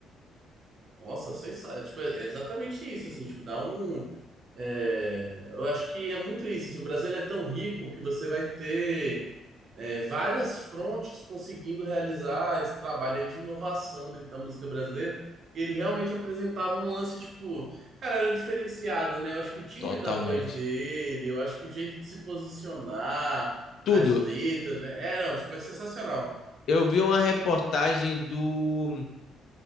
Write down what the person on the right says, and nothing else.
Nossa, sensacional. Tipo, é é exatamente isso, assim, tipo, dá um. é, eu acho que é muito isso, assim, o Brasil é tão rico que você vai ter é, várias frontes conseguindo realizar esse trabalho aí de inovação dentro da música brasileira. E ele realmente apresentava um lance, tipo, cara, era diferenciado, né? Eu acho que o timbre
da voz dele, eu acho que o jeito de se posicionar,
as letras, né? É, não, tipo, é sensacional.